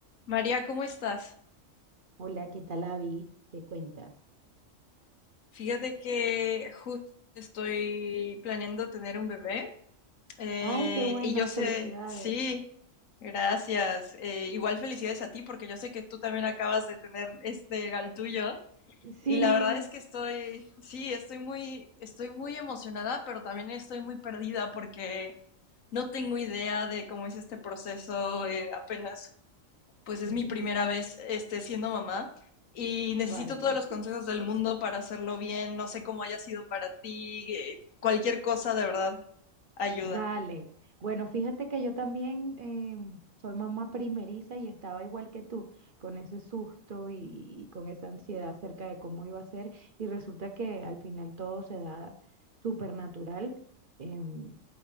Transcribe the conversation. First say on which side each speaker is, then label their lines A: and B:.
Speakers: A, on the left; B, on the right.
A: María, ¿cómo estás?
B: Hola, ¿qué tal, Avi? ¿Qué cuentas?
A: Fíjate que justo estoy planeando tener un bebé eh,
B: Ay, qué bueno,
A: y yo sé,
B: felicidades.
A: sí, gracias. Eh, igual felicidades a ti porque yo sé que tú también acabas de tener este al tuyo
B: Sí,
A: y la verdad es que estoy, sí, estoy muy, estoy muy emocionada, pero también estoy muy perdida porque no tengo idea de cómo es este proceso. eh, apenas pues es
B: <laughs>
A: mi primera vez este, siendo mamá y necesito
B: Vale.
A: todos los consejos del mundo para hacerlo bien. No sé cómo haya sido para ti. eh, Cualquier cosa de verdad ayuda.
B: Dale. Bueno, fíjate que yo también em, soy mamá primeriza y estaba igual que tú, con ese susto y, con esa ansiedad acerca de cómo iba a ser. Y resulta que al final todo se da súper natural. Em,